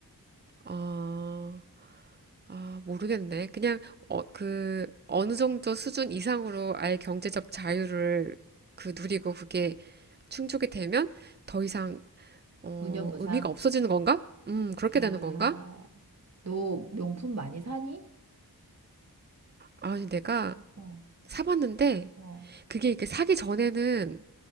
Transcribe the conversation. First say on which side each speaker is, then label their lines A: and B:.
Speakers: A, on the right; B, on the right.
A: 어, 아, 모르겠네. 그냥, 어, 그, 어느 정도 수준 이상으로 아예 경제적 자유를 그 누리고 그게 충족이 되면 더 이상, 어,
B: 무념무상.
A: 의미가 없어지는 건가? 음, 그렇게
B: 야,
A: 되는 건가?
B: 너 명품 많이 사니?
A: 아니, 내가
B: 어,
A: 사봤는데,
B: 어,
A: 그게 이렇게 사기 전에는